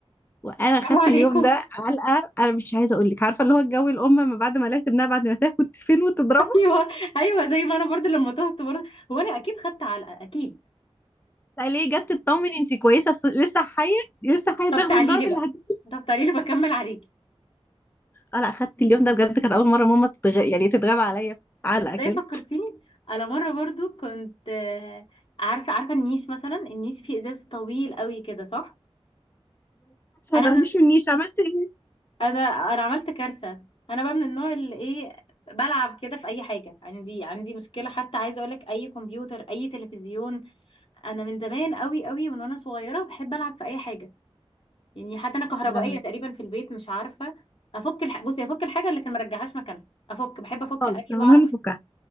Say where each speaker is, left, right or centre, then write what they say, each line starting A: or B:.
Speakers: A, on the left; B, on the left.
A: وانا
B: السلام
A: خدت
B: عليكم
A: اليوم ده علقه انا مش عايزه اقول لك عارفه اللي هو الجو الام ما بعد ما لقيت ابنها بعد ما تاكل كنت فين وتضربه
B: <laughs> ايوه ايوه زي ما انا برضه لما تهت برضه هو انا اكيد خدت علقة اكيد
A: لا ليه جت تطمن انت كويسه س- لسه حيه لسه حيه
B: طب
A: تاخدي
B: تعالي
A: الضرب
B: لي بقى
A: اللي هتجيبه
B: طب تعالي لي بكمل عليك
A: اه لا خدت اليوم ده بجد كانت اول مره ماما تتغ... يعني تتغاب عليا علقه كده
B: ده فكرتيني انا مره برضو كنت آه، عارفه عارفه النيش مثلا النيش فيه ازاز طويل قوي كده صح
A: بس
B: انا
A: ما تقربيش
B: من
A: منيش عملتي ايه
B: انا انا عملت كارثه انا بقى من النوع اللي ايه بلعب كده في اي حاجه عندي عندي مشكله حتى عايزه اقولك اي كمبيوتر اي تلفزيون انا من زمان قوي قوي من وانا صغيره بحب العب في اي حاجه يعني حتى انا كهربائيه
A: يا لهوي
B: تقريبا في البيت مش عارفه افك الح... بصي افك الحاجه اللي كان مرجعهاش مكانها افك بحب افك
A: خالص
B: اكل
A: المهم
B: واعرف
A: افكها